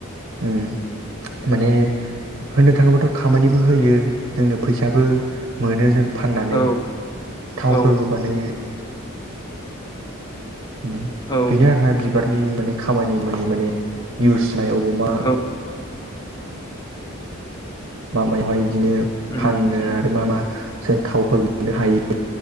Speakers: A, on the right; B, on the left.
A: उम माने होननो थाङोबाथ' खामानिबो होयो जोंनो फैसाबो मोनो जों फाननानै
B: औ
A: थावफोरबो
B: औ
A: बानायो बेनो
B: औ
A: आरोना बिबारनि माने खामानि मानि माने इउस होननाय अबाव मा
B: औ
A: मा मायावहाय बिदिनो
B: उम
A: फानो
B: उम
A: आरो मा मा जों थावफोर बिनो हायो